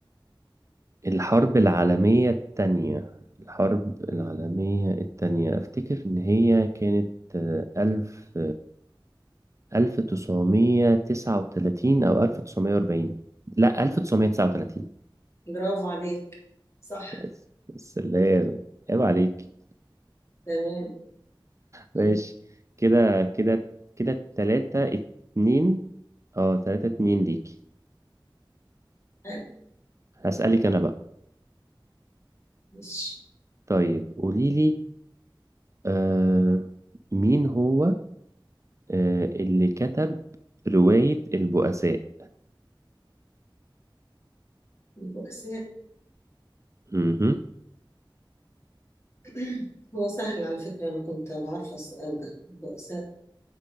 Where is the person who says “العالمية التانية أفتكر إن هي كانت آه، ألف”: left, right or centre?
Right